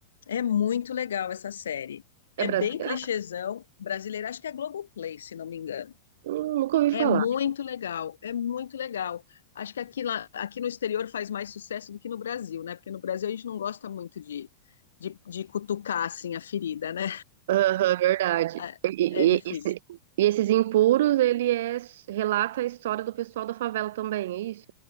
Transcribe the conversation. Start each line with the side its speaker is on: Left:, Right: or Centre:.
Left: É muito legal essa série. É
Right: É brasileira?
Left: bem clichêzão brasileiro, acho que é Globoplay, se não me engano.
Right: Hum, Nunca ouvi
Left: É
Right: falar.
Left: muito legal, é muito legal. Acho que aqui, lá, aqui no exterior faz mais sucesso do que no Brasil, né? Porque no Brasil a gente não gosta muito de, de, de cutucar assim a ferida, né?
Right: Aham, verdade.
Left: <laughs>
Right: E,
Left: É difícil.
Right: e- e esse- e esses impuros, ele é, relata a história do pessoal da favela também, é isso?